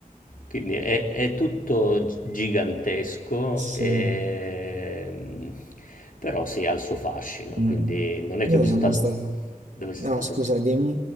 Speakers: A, on the left; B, on the right.
A: Quindi è, è tutto gi- gigantesco,
B: Sì.
A: e- però sì, ha il suo fascino.
B: Mm.
A: Quindi non è
B: Io
A: che ho visto
B: sono
A: tanto.
B: stato...
A: Dove sei
B: Ah,
A: stato?
B: scusa, dimmi.